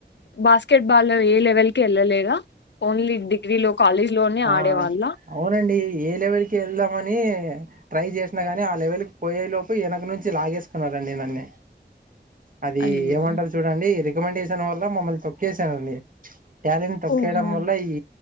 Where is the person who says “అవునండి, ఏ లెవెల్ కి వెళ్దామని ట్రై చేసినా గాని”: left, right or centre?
Right